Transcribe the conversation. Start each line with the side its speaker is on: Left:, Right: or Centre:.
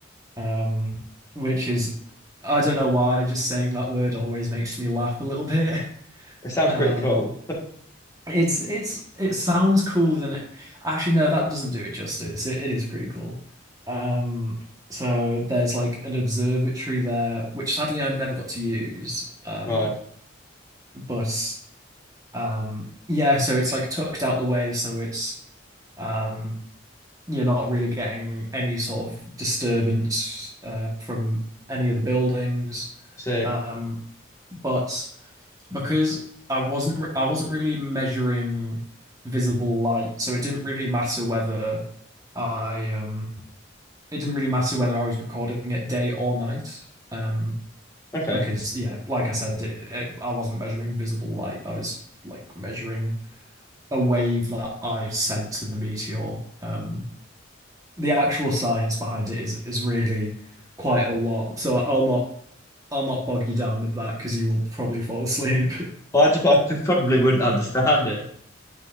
Right: um, which is I don't know why just saying that word always makes me laugh a little bit. <laughs>
Left: It sounds
Right: Um,
Left: pretty cool.
Right: it's it's it sounds cooler than it actually no that doesn't do it justice. It, it is pretty cool. Um, so there's like an observatory there, which sadly I never got to use. Um,
Left: Right.
Right: but. Um, yeah, so it's like tucked out the way, so it's um, you're not really getting any sort of disturbance uh, from any of the buildings.
Left: So
Right: Um, but because I wasn't re- I wasn't really measuring visible light, so it didn't really matter whether I um it didn't really matter whether I was recording it day or night. Um,
Left: okay.
Right: because yeah, like I said, it, it, I wasn't measuring visible light. I was like measuring a wave that I sent to the meteor. Um, the actual science behind it is is really quite a lot. So I'll not I'll not bog you down with that because you will probably fall asleep. <laughs>
Left: Well, I just I just probably wouldn't understand it.